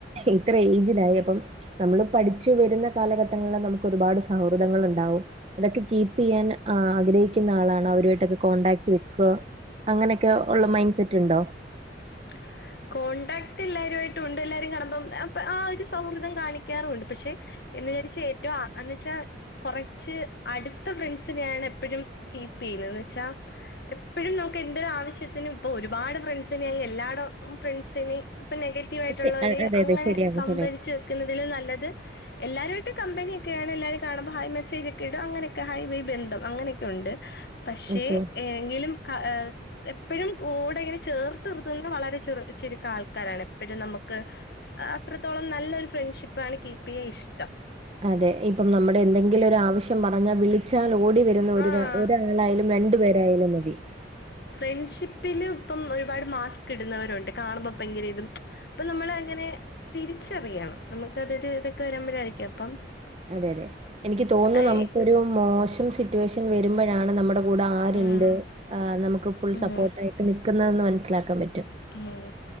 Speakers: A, on the right; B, on the left.
A: ഇത്ര ഏയ്ജിലായി അപ്പം നമ്മള് പഠിച്ചു വരുന്ന കാലഘട്ടങ്ങളിൽ നമുക്ക് ഒരുപാട് സൗഹൃദങ്ങൾ ഉണ്ടാവും അതൊക്കെ കീപ്പ് ചെയ്യാൻ് ആഗ്രഹിക്കുന്ന ആളാണ് അവരുമായിട്ടൊക്കെ കോൺടാക്ട് വെക്ക. അങ്ങനൊക്കെള്ള മൈൻ സെറ്റുണ്ടൊ
B: <inaudible> കോൺടാക്ട് എല്ലാരുവായിട്ടുണ്ട് എല്ലാരും കാണുമ്പം ആഹ് ഒര് സൗഹൃദം കാണിക്കാറുണ്ട് പഷെ എന്ന് വിചാരിച്ച് ഏറ്റവും എന്ന് വെച്ചാൽ കുറച്ച് അടുത്ത ഫ്രണ്ട്സിനെയാണ് എപ്പോഴും കീപ്പ് ചെയ്യുന്നത്ന്ന് വെച്ചാ എപ്പോഴും നമുക്ക് എന്ത് ഒരു ആവശ്യത്തിനും ഇപ്പൊ ഒരുപാട് ഫ്രണ്ട്സിിനന് എല്ല ഫ്രണ്ട്സിന് ഇപ്പം നെഗറ്റീവ് ആയിട്ടുള്ളവര്
A: ശെ അ അതെ
B: അങ്ങനെ
A: അതെ ശരിയാണ്
B: സംഭരിച്ച്
A: ശരിയാണ്
B: നിക്ക്ന്നതിലും നല്ലത് എല്ലാവരുമായിട്ട് കമ്പനിയൊക്കെയാണ് എല്ലാവരും കാണുമ്പോ ഹൈ മെസ്സേജ് ഒക്കെ ഇടും അങ്ങനെയൊക്കെ ഹൈ വേ ബന്ധം അങ്ങനെയൊക്കെ ഉണ്ട് പക്ഷേ
A: ഓക്കെ
B: ഏങ്കിലും എപ്പോഴും കൂടെ ഇങ്ങനെ ചേർ തീർത്ത്ന്ന വളരെ ചുരുക്ക ആൾക്കാരാണ് എപ്പഴും നമ്മക്ക് അത്രത്തോളം നല്ലരു ഫ്രണ്ട്ഷിപ്പാണ് കീപ്പ് ചെയ്യാൻ ഇഷ്ടം
A: അതെ ഇപ്പം നമ്മുടെ എന്തെങ്കിലും ഒരു ആവശ്യം പറഞ്ഞാൽ വിളിച്ചാൽഓ ടി വരുന്ന ഒരു
B: ആഹ്
A: ഒരാളായാലും രണ്ടു പേരായാലും മതി
B: ഫ്രൺഷിപ്പിലും ഇപ്പം ഒര്പാട് മാസ്ക്കിട്ന്നവരുണ്ട് കാണുമ്പൊ ഭങ്കര ഇതും അപ്പൊ നമ്മൾ അങ്ങനെ തിരിച്ചറിയണം നമുക്ക അതൊരു ഇതൊക്കെ വരുമ്പോഴായിരിക്കും അപ്പം
A: അതെ അതെ എനിക്ക് തോന്നുന്നു
B: ഏഹ്
A: നമുക്കൊരു മോശം സിറ്റുവേഷൻ വരുമ്പോഴാണ് നമ്മുടെ കൂടെ ആരുണ്ട്
B: ഉം
A: നമുക്ക് ഫുൾ
B: ഉം
A: സപ്പോർട്ട ആയിട്ട് നിക്കുന്നതെന്ന് മനസ്സിലാക്കാൻ പറ്റും
B: ഉം